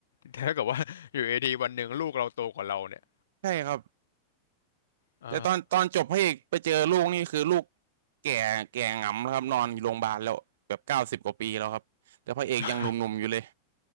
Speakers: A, on the left (about 65°); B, on the right (about 55°).
A: <laughs> ถ้าเกิดว่า <laughs> อยู่ดีๆวันหนึ่งลูกเราโตกว่าเราเนี่ย
B: ใช่ครับ
A: อ่า
B: แต่ตอนตอนจบพระเอกไปเจอลูกนี่คือลูกแก่แก่หงำแล้วครับนอนอยู่โรงพยาบาลแล้วแบบเก้าสิบกว่าปีแล้วครับแต่พระเอกยังหนุ่มๆอยู่เลย
A: <laughs>